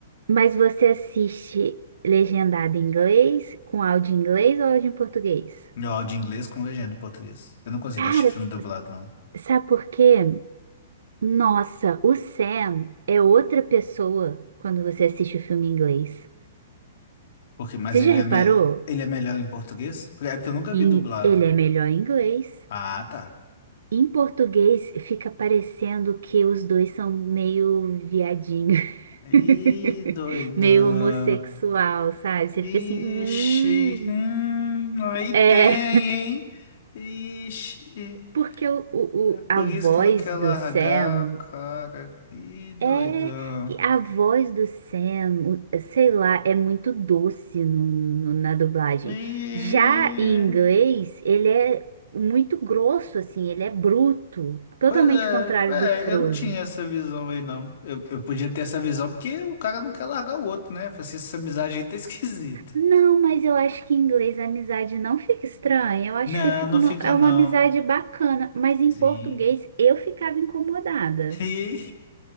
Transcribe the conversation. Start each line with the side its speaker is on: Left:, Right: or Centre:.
Right: Mas você assiste legendado em inglês, com áudio em inglês ou áudio em português?
Left: Eu áudio em inglês com legenda em português. Eu não consigo
Right: Cara,
Left: assistir filme
Right: s-
Left: dublado, não.
Right: sabe por quê? Nossa, o Sam é outra pessoa quando você assiste o filme em inglês.
Left: Porque, mas
Right: Você
Left: ele
Right: já reparou?
Left: é, me- ele é melhor em português? É porque eu nunca
Right: Em-
Left: vi dublado.
Right: Ele é melhor em inglês.
Left: Ah, tá.
Right: Em português fica parecendo que os dois são meio viadinho,
Left: Ih,
Right: <laughs>
Left: doidão.
Right: meio homossexual, sabe? Você
Left: Ixi,
Right: fica assim, hum,
Left: hum, aí
Right: é,
Left: tem, hein? Ixi,
Right: porque o, o-
Left: é
Right: o- a
Left: por
Right: voz
Left: isso que eu não quero
Right: do
Left: largar
Right: Sam
Left: o cara. Ih, doidão.
Right: é e a voz do Sam, o- sei lá, é muito doce no- no- na dublagem.
Left: E,
Right: Já em inglês, ele é muito grosso, assim, ele é bruto, totalmente
Left: pois é,
Right: contrário do Frodo.
Left: é, eu não tinha essa visão aí, não. Eu, eu podia ter essa visão porque o cara não quer largar o outro, né? Falei assim, essa amizade aí tá <laughs> esquisita.
Right: Não, mas eu acho que em inglês a amizade não fica estranha. Eu acho
Left: Não,
Right: que fica
Left: não
Right: uma,
Left: fica
Right: é
Left: não.
Right: uma amizade bacana. Mas em
Left: Sim.
Right: português eu ficava incomodada.
Left: <laughs> Ih,